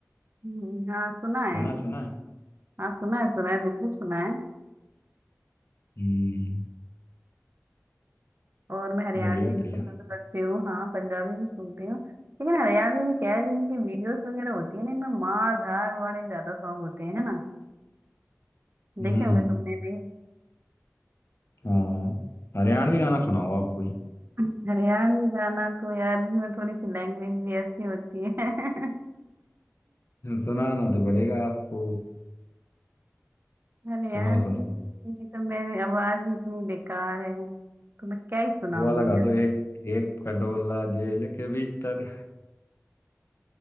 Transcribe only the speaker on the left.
सुना है सुना है
हम्म
बढ़िया
बढ़िया
हम्म
हाँ हरियाणवी गाना सुनाओ आप कोई
सुनाना तो पड़ेगा आपको
सुनो सुनो
वो वाला गा
दो एक एक खटोला जेल के भीतर